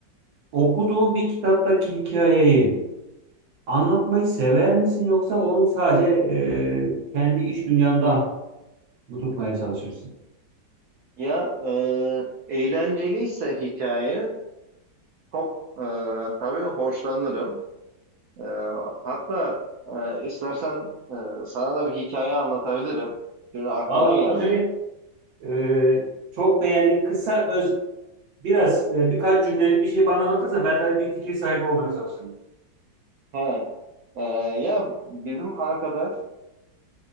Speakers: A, on the right; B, on the right.
A: Okuduğun bir kitaptaki hikayeyi Anlatmayı sever misin yoksa onu sadece e, kendi iş dünyanda mı tutmaya çalışırsın?
B: Ya e, eğlenceliyse hikaye çok e, tabii hoşlanırım. E, hatta e, istersen e, sana da bir hikaye anlatabilirim. Şimdi aklıma
A: Vallahi
B: geldi.
A: şöyle e, çok beğendiğin kısa öz biraz e, birkaç cümlelik bir şey bana anlatırsa ben de bir fikir sahibi olmaya çalışayım.
B: He, e, ya bizim arkadaş,